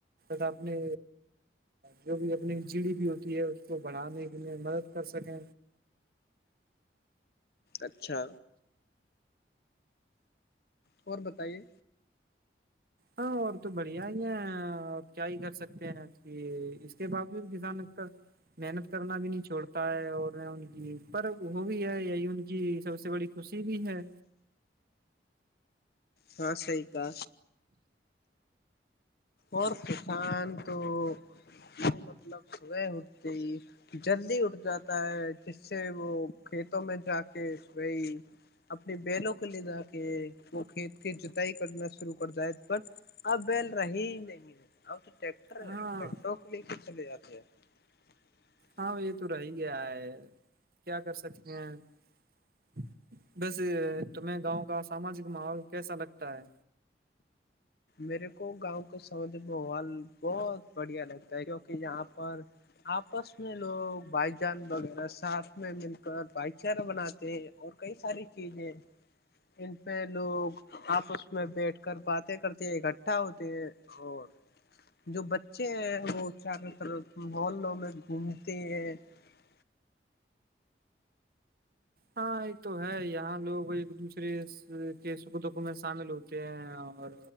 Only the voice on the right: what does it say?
تا اپنے جو بھی اپنی جڑی بھی ہوتی ہے اس کو بڑھانے کے لیے مدد کر سکیں
ہاں اور تو بڑھیا ہی ہے آپ کیا ہی کر سکتے ہیں کہ اس کے باوجوود کسان کا محنت کرنا بھی نہیں چھوڑتا ہے اور ان کی پر وہ بھی ہے یہی ان کی سب سے بڑی خوشی بھی ہے
ہاں
ہاں یہ تو رہ ہی گیا ہے <unintelligible> کیا کر سکتے ہیں بس تمہیں گاؤں کا ساماجک ماحول کیسا لگتا ہے
ہاں آ <unintelligible> تو ہے یہاں لوگ ایک دوسرے <unintelligible> ری کے سکھو دکھو میں شامل ہوتے ہیں اور